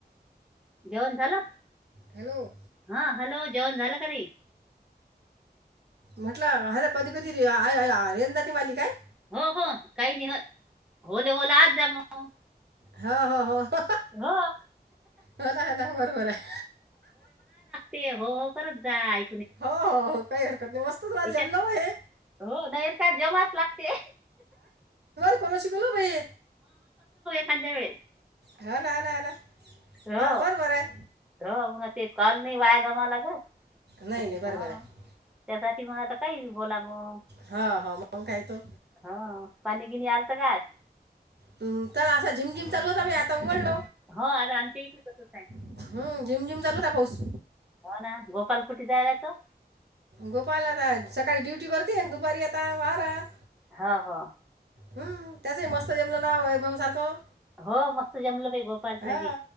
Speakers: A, in the centre; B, on the right (about 75°).
A: जेवण झालं.
B: हॅलो
A: हा हॅलो जेवण झालं का रे.
B: म्हटलं हता कधी कधी रेनजाती मालिक आहे.
A: हो हो काही नाही हो होले होले आज जा मग.
B: हा हा ह.
A: हो
B: हो ना ह ना बरोबर आहे.
A: ते हो हो करत जाय.
B: हो हो हो काही हरकत नाही मस्त. तुम्हाला
A: त्याच्यात
B: जमलं हो हे
A: हो नाहीर का जमाच लागते.
B: कोण शिकलो बाई
A: खंद्या वेळेच.
B: हा ना हला हला
A: हो
B: हा बरोबर आहे.
A: हो मग ते कल नाही वाया गमा लागत
B: नाही नाही बरोबर
A: ह
B: आहे
A: त्यासाठी मग आता. काही बी बोला मग
B: हो हो मग काय तो
A: हा पाणी बीनी आलत काय आज
B: म चला असा झिमझिम चाल होता म आता उघडल.
A: हो आर आणि ते इथडे कसच आहे.
B: हं, झिमझिम चालू होता पाऊस
A: हो ना गोपाल कुठे जाराय तो.
B: गोपाळ आता सकाळी ड्युटी करते दुपारी आता व राहात
A: हा हा
B: हम् त्याचही मस्त जेमलं नाव वैभव सारखं
A: हो मस्त जमलं गोपालचं
B: हा
A: बी